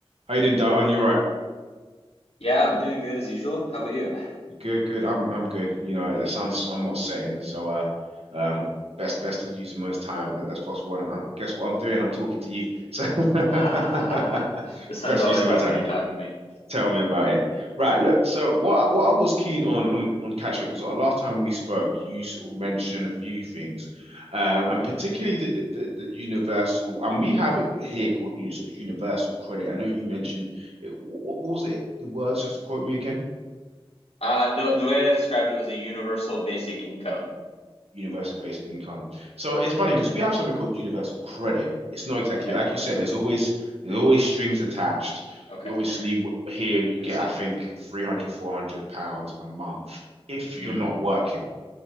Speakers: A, on the right (about 80°); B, on the left (about 80°).
A: How you doing, Darton? You're right.
B: Yeah, I'm doing good as usual. How about you? <laughs>
A: Good, good. I'm I'm good. You know, the sun's somewhat setting, so uh, um, best best to use the most time as, as possible. And um, guess what I'm doing? I'm talking to you. So
B: Ha ha
A: <laughs>
B: ha ha ha. The sun's
A: best
B: always
A: use of
B: up
A: my time.
B: when you're talking to me.
A: Tell me about it. Right. Look. So what what I was keen on on, on catching up because last time we spoke, you sort of mentioned a few things, um, and particularly the, the the the universal. And we have it here called you sort of universal credit. I know you mentioned it. What, what was it? The words just to quote me again.
B: Uh, the the way I described it was a universal basic income.
A: universal basic income. So it's funny because
B: Yeah.
A: we have something called universal credit. It's not exactly
B: Okay.
A: like you said. There's always there's always strings attached.
B: Okay.
A: You obviously here you
B: I
A: get
B: see.
A: I think 300 400 pounds a month if
B: hmm
A: you're not working.